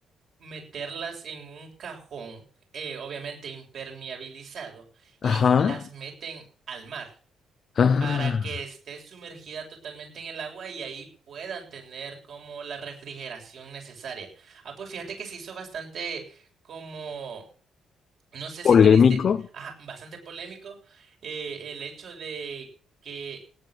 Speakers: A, on the right; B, on the left.
A: meterlas en un cajón, eh, obviamente impermeabilizado, y
B: ajá,
A: las meten al mar
B: ah,
A: para que esté sumergida totalmente en el agua y ahí puedan tener como la refrigeración necesaria. Ah, pues fíjate que se hizo bastante como, no sé si
B: polémico,
A: te diste, ajá, bastante polémico eh, el hecho de que